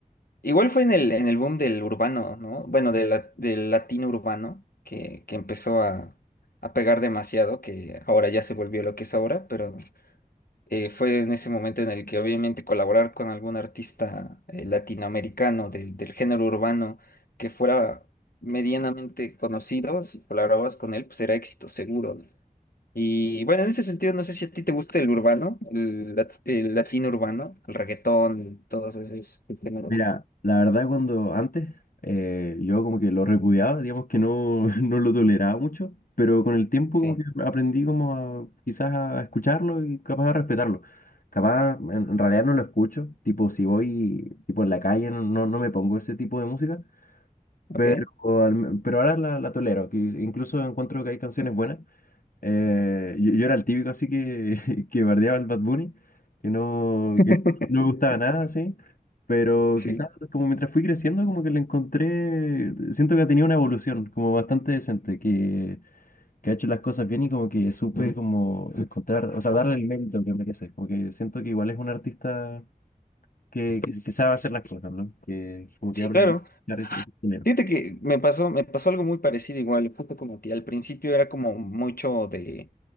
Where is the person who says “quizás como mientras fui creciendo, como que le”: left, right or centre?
Left